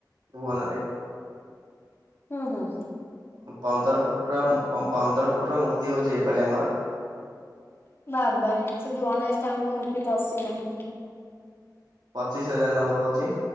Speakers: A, on the right; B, on the left.
A: ଭୁବନରେ।
B: ହୁଁ ହୁଁ
A: ପନ୍ଦର ଫୁଟ ପନ୍ଦର ଫୁଟ ମୁର। ହଉଛି ଏଇ ଭଳି ଆମର।
B: ବାବାର ସେଠି ଗଣେଶ ଠାକୁରଙ୍କ ମୂର୍ତ୍ତି ପଶିଲନି।
A: ପଚିଶ ହଜାର ନେ କହୁଛି।